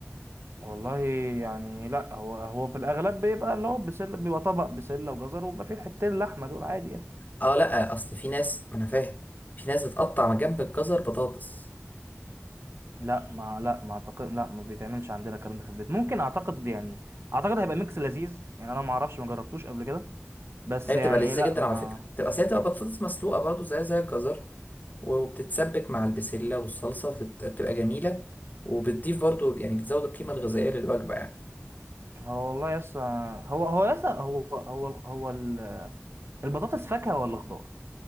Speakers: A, on the right; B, on the left.
A: والله يعني لا هو هو في الاغلب بيبقى اللي هو بسله بيبقى طبق بسله وجزر وبيبقى فيه حتتين لحمه دول عادي يعني
B: اه لا اصل في ناس ما انا فاهم في ناس بتقطع من جنب الجزر بطاطس
A: لا ما لا ما اعتقد لا ما بيتعملش عندنا الكلام ده في البيت ممكن اعتقد يعني اعتقد هيبقى ميكس لذيذ يعني انا ما اعرفش ما جربتوش قبل كده بس
B: هي بتبقى
A: يعني
B: لذيذة
A: لا
B: جدا على
A: ما
B: فكرة بتبقى أصل هي بتبقى بطاطس مسلوقة برضه زي زي الجزر وبتتسبك مع البسلة والصلصة فبتبقى بتبقى جميلة وبتضيف برضه يعني بتزود القيمة الغذائية للوجبة يعني
A: هو والله يس هو هو يس هو هو هو ال- البطاطس فاكهة ولا خضار؟